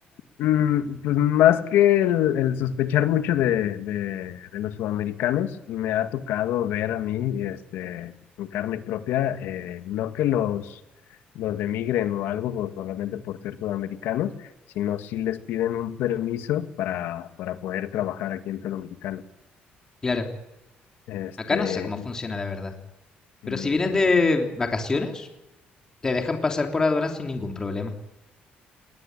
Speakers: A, on the left; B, on the left.
A: Mm, pues más que el, el sospechar mucho de, de- de los sudamericanos, me ha tocado ver a mí, este, en carne propia, eh, no que los, los demigren o algo por- solamente por ser sudamericanos, sino sí les piden un permiso para, para poder trabajar aquí en suelo mexicano.
B: Claro.
A: Este,
B: Acá no sé cómo funciona, la verdad. Pero
A: mm,
B: si vienes
A: no,
B: de vacaciones, te dejan pasar por aduana sin ningún problema.